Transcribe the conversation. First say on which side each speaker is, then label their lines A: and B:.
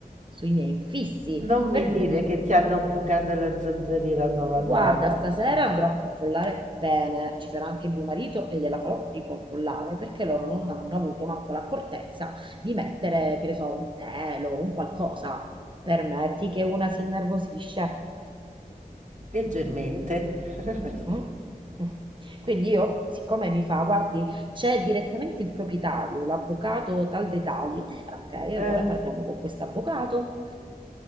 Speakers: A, on the right; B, on the right.
A: sui miei infissi,
B: Non
A: per
B: mi
A: cui
B: dire
A: io mi,
B: che ti hanno bucato la zanzariera nuova
A: Guarda,
B: nuova.
A: stasera andrò a controllare bene, ci sarà anche mio marito e gliela farò ricontrollare perché loro non hanno avuto manco l'accortezza di mettere, che ne so, un telo, un qualcosa. Permetti che una si innervosisce.
B: Leggermente. <laughs>
A: mm? Mm. Quindi io, siccome mi fa, guardi, c'è direttamente il proprietario, l'avvocato tal dei tali, eh, ok,
B: Eh.
A: allora parliamo con quest'avvocato.